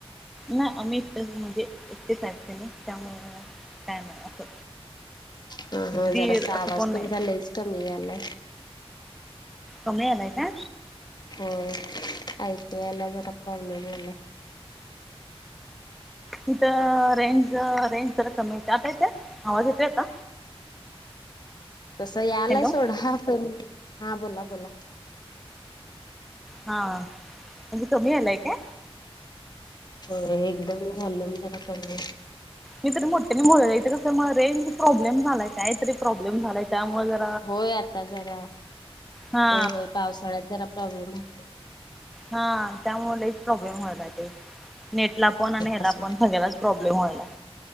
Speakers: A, in the centre; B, on the left (about 45°).
A: नाही आम्ही एकटेच म्हणजे एकटेच आहेत त्यांनी त्यामुळं काय नाही असं
B: हा हा
A: दीर
B: जरासा
A: असं
B: आवाज
A: कोण
B: तुमचा
A: नाही
B: लईच कमी यायलाय
A: कमी यायलाय का
B: होय ऐकू यायला जरा प्रॉब्लेम होयलाय
A: इथं रेंज रेंज जरा कमी येतीय आता येतोय आवाज येतोय का
B: तस यायलाय
A: हॅलो
B: सोडा पण हा बोला बोला
A: हा म्हणजे कमी यायलाय काय
B: हो एकदम वोल्युम जरा कमी आहे
A: मी तरी मोठ्यानी बोलालोय इथे कसं मग रेंज प्रॉब्लेम झालाय काय तरी प्रॉब्लेम झालाय त्यामुळे जरा
B: होय आता जरा
A: हा
B: होय होय पावसाळ्यात जरा प्रॉब्लेम हो
A: हा त्यामुळे लईच प्रॉब्लेम व्हायला ते नेटला पण आणि ह्याला
B: असू
A: पण
B: दे
A: सगळ्यालाच प्रॉब्लेम व्हायलाय